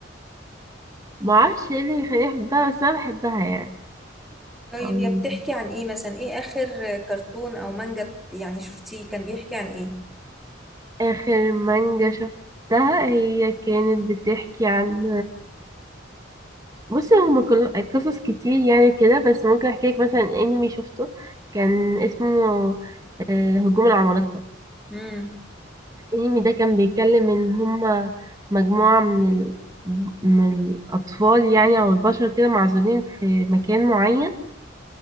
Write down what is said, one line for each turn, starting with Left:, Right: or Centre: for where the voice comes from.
Right: ومعرفش ايه اللي يخليني احبها بس انا بحبها
Centre: طيب
Right: يعني
Centre: يا بتحكي عن ايه مثلا ايه اخر كرتون او مانجا يعني شفتيه كان بيحكي عن ايه
Right: آخر مانجا شفتها هي كانت بتحكي عن بصي هما كل قصص كتير يعني كده بس ممكن احكي لك مثلا انمي شفته كان اسمه آه، هجوم العمالقة
Centre: امم
Right: الانمي ده كان بيتكلم ان هما مجموعة من ال... من الأطفال يعني أو البشر كده معزولين في مكان معين